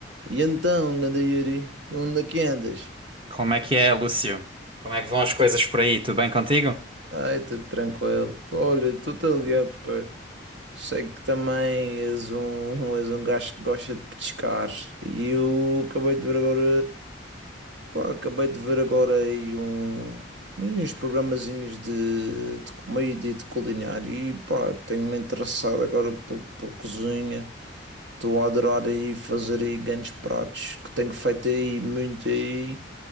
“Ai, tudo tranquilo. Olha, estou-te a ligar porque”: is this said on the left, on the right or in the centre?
Right